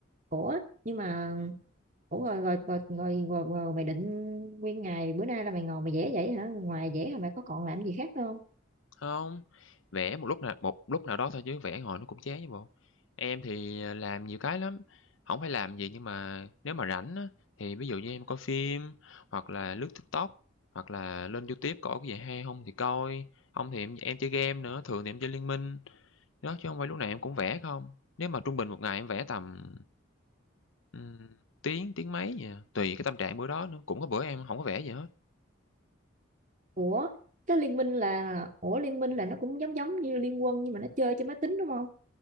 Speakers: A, on the right; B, on the left.
A: ủa nhưng mà ủa rồi rồi rồi rồi, rồi, rồi mày định nguyên ngày bữa nay là mày ngồi mày vẽ vậy hả ngoài vẽ hả mày có còn làm gì khác nữa không
B: hông, vẽ một lúc nào một lúc nào đó thôi chứ vẽ hồi nó cũng chán chứ bộ. Em thì, à, làm nhiều cái lắm, không phải làm gì nhưng mà nếu mà rảnh á, thì ví dụ như em coi phim hoặc là lướt TikTok, hoặc là lên YouTube có cái gì hay không thì coi, không thì em em chơi game nữa, thường thì em chơi Liên Minh. Đó, chứ không phải lúc nào em cũng vẽ không. Nếu mà trung bình một ngày em vẽ tầm Ừm, tiếng, tiếng mấy vậy à, tùy cái tâm trạng bữa đó nữa, cũng có bữa em hổng có vẽ gì hết.
A: ủa cái liên minh là ủa liên minh là nó cũng giống giống như liên quân nhưng mà nó chơi trên máy tính đúng không